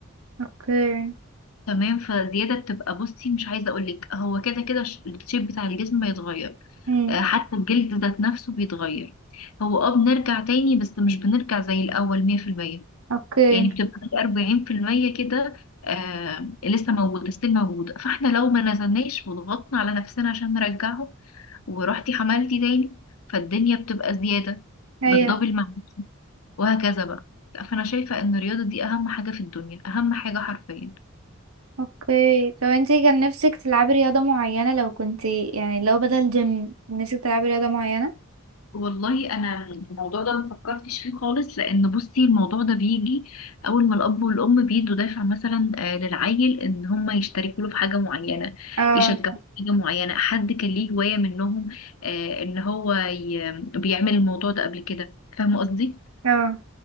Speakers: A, on the right (about 85°); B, on the left (about 80°).
A: اوكي
B: تمام فزياده بتبقى بصي مش عايزه اقول لك هو كده كده ش- الشيب بتاع الجسم بيتغير
A: امم
B: آه، حتى الجلد ذات نفسه بيتغير هو اه بنرجع تاني بس مش بنرجع زي الاول 100%
A: اوكي
B: يعني بتبقى في 40% كده آه لسه موجودة ستيل موجودة فاحنا لو ما نزلناش وضغطنا على نفسنا عشان نرجعه ورحتي حملتي تاني فالدنيا بتبقى زيادة
A: ايوه
B: بالدبل معاك وهكذا بقى فأنا شايفة إن الرياضة دي أهم حاجة في الدنيا أهم حاجة حرفيا
A: اوكي طب انتي كان نفسك تلعبي رياضة معينة لو كنتي يعني لو بدل جيم نفسك تلعبي رياضة معينة
B: والله انا الموضوع ده ما فكرتش فيه خالص لان بصي الموضوع ده بيجي اول ما الاب والام بيدوا دافع مثلا آه، للعيل ان هم يشتركوا له في حاجه معينه
A: اه
B: يشجعوا في حاجه معينه حد كان ليه هوايه منهم آه، ان هو ي- بيعمل الموضوع ده قبل كده فاهمه قصدي
A: اه